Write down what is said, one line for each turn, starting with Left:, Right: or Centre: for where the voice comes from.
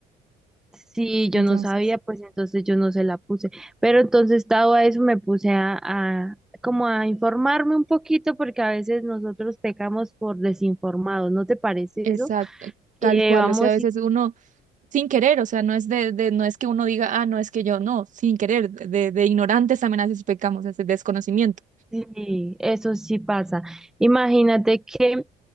Centre: Sí, yo
Right: Entonces,
Centre: no sabía, pues entonces yo no se la puse. Pero entonces, dado a eso, me puse a, a- como a informarme un poquito, porque a veces nosotros pecamos por desinformados, ¿no te parece
Right: exacto,
Centre: eso?
Right: tal
Centre: Que
Right: cual.
Centre: vamos
Right: O sea, a veces
Centre: y,
Right: uno, sin querer, o sea, no es de, de- no es que uno diga, ah, no es que yo, no, sin querer, de, de ignorantes también a veces pecamos, es de desconocimiento.
Centre: y eso sí pasa. Imagínate que